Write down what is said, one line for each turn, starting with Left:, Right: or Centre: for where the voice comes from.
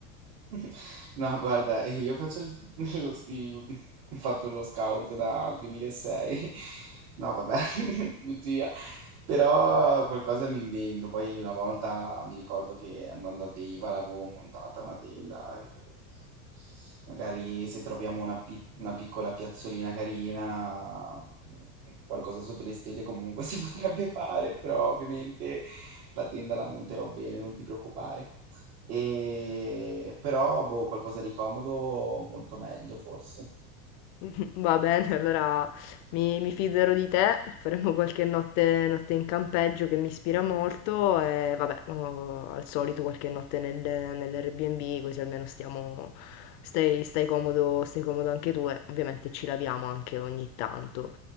Right: <laughs> No, guarda, eh, io faccio il, <laughs> lo, s- il- ho fatto lo scout dal 2006. <laughs> No, vabbè, <laughs> bugia. Però qualcosa mi invento. Poi una volta mi ricordo che andando a Deiva l'avevo montata una tenda. E magari se troviamo una, pi- una piccola piazzolina carina, mm, qualcosa sotto le stelle comunque <laughs> si potrebbe fare. Però ovviamente la tenda la monterò bene, non ti preoccupare. E però, boh, qualcosa di comodo molto meglio forse.
Left: <laughs> Va bene, allora mi, mi fiderò di te, faremo qualche notte, notte in campeggio che mi ispira molto e vabbè, oh, al solito qualche notte nel, nell'Airbnb così almeno stiamo, stai, stai comodo, stai comodo anche tu e ovviamente ci laviamo anche ogni tanto.